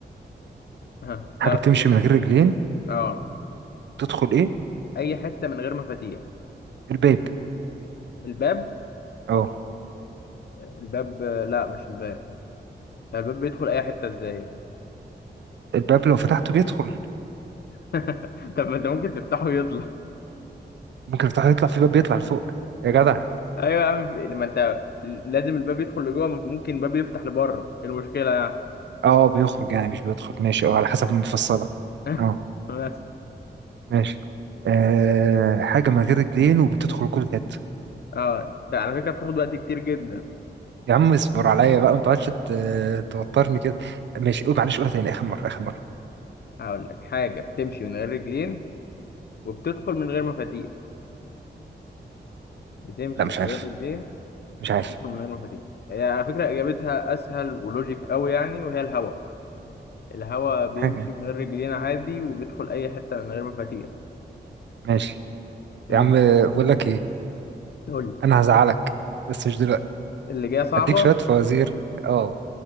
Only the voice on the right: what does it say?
حاجة
بتمشي
من غير رجلين
تدخل ايه
الباب
اه
الباب لو فتحته بيدخل
ممكن تفتحه يطلع في باب بيطلع لفوق يا جدع
اه بيخرج يعني مش بيدخل ماشي
اه على حسب المفصلة
اه
ماشي آه حاجة من غير رجلين وبتدخل كل جد
يا عم اصبر عليا بقى ما تقعدش ت- توترني كده ماشي قول معلش قولها تاني اخر مرة اخر مرة
لا مش
عارف
مش عارف
حاجة
ماشي
يا عم بقول لك ايه
انا هزعلك بس مش دلوقتي
هديك شويه فوازير اه